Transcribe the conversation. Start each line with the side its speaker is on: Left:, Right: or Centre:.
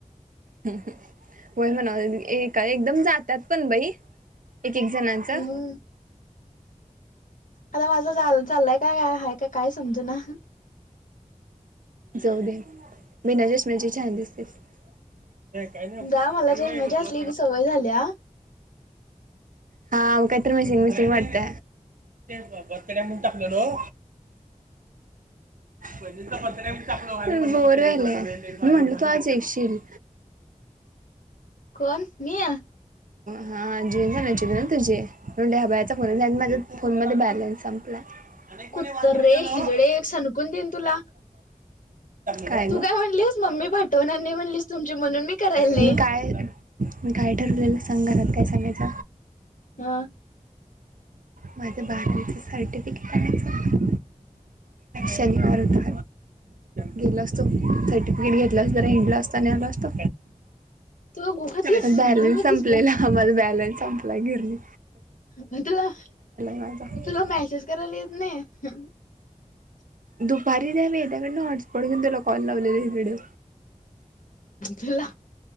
Right: वय म्हणा एक का एकदम जातात पण बाई! एक एक जणांचं.
Left: हम्म आता माझं चाललाय काय हय का काय समज ना.
Right: जाऊ दे बिना चष्म्याची छान दिसतेस. ते काही नाही.
Left: जा मला चष्म्याची असली की सवय झाल्या
Right: हा म का. मिसिंग मिसिंग वाटते ब टाकलं हो. म्ह पत बोर होहल मी म्हणल तू आज येशील.
Left: कोण मीया?
Right: हा जीन झाित ना तुझे म्हणून दहा बायाचा फोन झा माझ्या फोन मध्ये बॅलन्स संपला. हे
Left: कुत्रे
Right: वाक्य लिहिलेलं
Left: हिजडे एक सणकून देईन तुला
Right: काय ग?
Left: तू म्हणलीस मम्मी पाठवणार नाही म्हणलीस तुमची म्हणून मी करायला नाही
Right: मी काय मी काय ठरवलेलं सांग. घरात काय सांगयच.
Left: हम्
Right: माझं बारचं सर्टिफिकेट आणायचं. शनिवार दर. गेला असतो सर्टिफिकेट घेतला अस तर हिंडलो असत आणि आला असतो.
Left: त गु खातीस.
Right: आज बॅलन्स
Left: खातीस
Right: संपलेला आम्हाला बॅलन्स संपला गेली.
Left: म तुला,
Right: माझा
Left: म तुला मेसेज करायला येत नाही <unintelligible> <inaudible>
Right: दुपारी द्यावे यांच्याकडून हॉटस्पॉट घेऊन त्याला कॉल लावलेली व्हिडिओ.
Left: तुला,